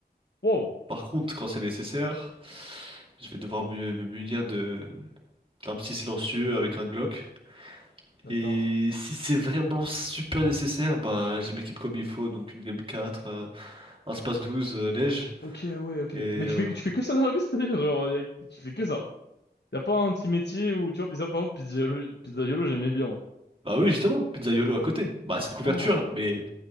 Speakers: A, on the left; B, on the right.
A: Wow.
B: Par contre, quand c'est nécessaire, je vais devoir me, me munir de d'un petit silencieux avec un Glock.
A: D'accord.
B: Et si c'est vraiment super nécessaire, bah je m'équipe comme il faut, donc une game 4, euh, un space 12, euh, lège,
A: Ok, ouais, ok.
B: et...
A: Mais tu
B: euh,
A: fais, tu fais que ça dans la vie, c'est-à-dire, genre, y a- tu fais que ça. Y a pas un petit métier où, tu vois, pizza, par exemple, pizzaïolo, pizzaïolo, j'aimais bien, moi.
B: bah oui, justement, pizza YOLO à côté. Bah c'est une couverture,
A: Ah.
B: mais